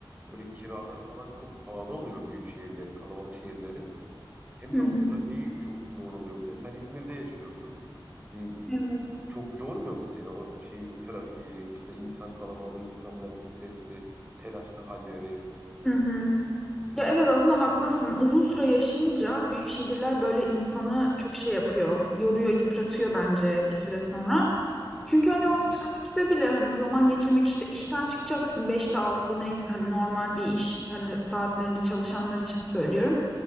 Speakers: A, on the right; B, in the centre.
A: böyle kiraları falan çok pahalı oluyor büyük şehirlerin, kalabalık şehirlerin. Hem
B: Hı
A: de o
B: hı.
A: trafiği çok yoğun oluyor. Mesela sen İzmir'de yaşıyorsun. Hani
B: Evet.
A: çok yormuyor mu seni o şehir trafiği, işte insan kalabalığı, insanların stresli, telaşlı halleri?
B: Hı hı. Ya evet aslında haklısın. Uzun süre yaşayınca büyük şehirler böyle insanı çok şey yapıyor. Yoruyor, yıpratıyor bence bir süre sonra. Çünkü hani
A: Hı
B: o
A: hı,
B: trafikte bile hani zaman geçirmek işte işten çıkacaksın beşte altıda neyse hani normal bir iş hani saatlerinde çalışanlar için söylüyorum.